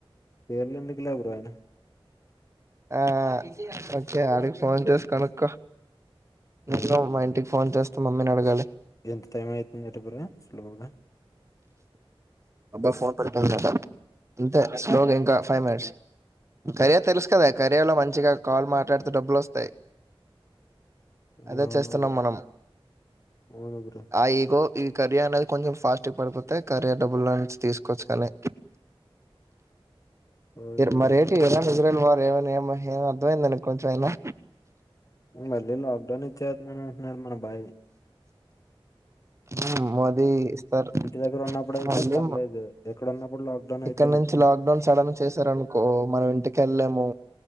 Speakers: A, on the left; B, on the right.
A: పేర్లు ఎందుక్ ఇళ్ల బ్రో అయిన
B: ఆ ఓకే ఆడికి ఫోన్ చేసు కనుక్కో ఉండు
A: ఓకే
B: మా
A: బ్రో
B: ఇంటికి ఫోన్ చేస్ మమ్మీని అడగాలి
A: ఎంత టైమ్ అయితుందట బ్రో <unintelligible>
B: అబ్బా ఫోన్ పడిపోయిందట అంతే స్లోగా ఇంకా ఫైవ్ మినిట్స్ కరియ తెలుసు కదా కరియ లో మంచిగా కాల్ మాట్లాడుతే డబ్బులు వస్తాయి
A: అవును
B: అదే చేస్తున్నాం
A: బ్రో
B: మనం
A: అవును బ్రో
B: ఆ ఈగో ఈ కరీయ అనేద్ కొంచం ఫాస్టుగ పడిపోతయి కార్య డబులో నుంచి తీసుకొచ్చుగానీ
A: ఓకే
B: మీరు మరేటి
A: బ్రో
B: ఇరాన్ ఇజ్రైల్ వార్ ప్రేమ నయమ్మ ఏం అర్థమైంద నీకు కొంచెం అయినా
A: మళ్ళీ లాక్డౌన్ అచ్చెత్తున్నది అంటున్నాడు మన బాయి
B: హమ్ మోదీ ఇస్తారు
A: దగ్గర ఉన్నప్పుడు అయితే
B: మళ్ళీ
A: పర్లేదు ఎక్కడ ఉన్నప్పుడు లాక్డౌన్ అయితేనే
B: ఇక్కడ నుంచి లాక్డౌన్ సడన్ చేశారనుకో మనం ఇంటికి కెళ్ళేము